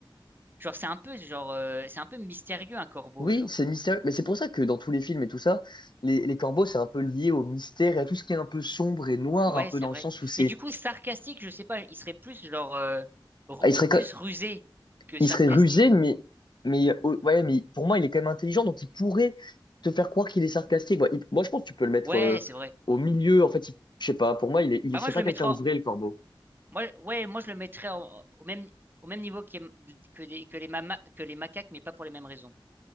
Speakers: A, on the right; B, on the left.
A: genre c'est un peu genre euh, c'est un peu mystérieux un corbeau,
B: Oui,
A: genre.
B: c'est mystérieux. Mais c'est pour ça que dans tous les films et tout ça, les, les corbeaux, c'est un peu lié au mystère et à tout ce qui est un peu sombre et noir,
A: Ouais,
B: un peu
A: c'est
B: dans
A: vrai.
B: le sens où c'est.
A: Mais du coup, sarcastique, je sais pas, il serait plus genre euh, ru-
B: Ah, Il serait, quand-
A: plus rusé que
B: il
A: sarcastique.
B: serait rusé, mais, mais, euh, ouais, mais pour moi, il est quand même intelligent, donc il pourrait te faire croire qu'il est sarcastique. Moi, il- moi, je pense que tu peux le mettre
A: Ouais,
B: euh,
A: c'est vrai.
B: au milieu. En fait, il- je sais pas, pour moi, il est, il
A: Bah
B: est- c'est
A: moi je
B: pas
A: le
B: quelqu'un
A: mettrais
B: de
A: en-
B: vrai, le corbeau.
A: moi ouais, moi je le mettrais en- au même au même niveau que que des- que les mama- que les macaques mais pas pour les mêmes raisons.